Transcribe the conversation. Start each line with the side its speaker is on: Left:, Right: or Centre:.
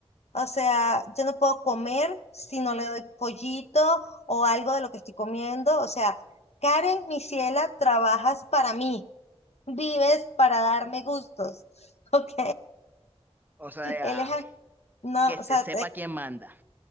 Left: O sea, yo no puedo comer si no le doy pollito o algo de lo que estoy comiendo. O sea, Karen, mi ciela, trabajas para mí, vives para darme gustos, <laughs> ¿ok?
Right: O sea,
Left: Él es, a- no,
Right: que se
Left: o sea,
Right: sepa quién manda.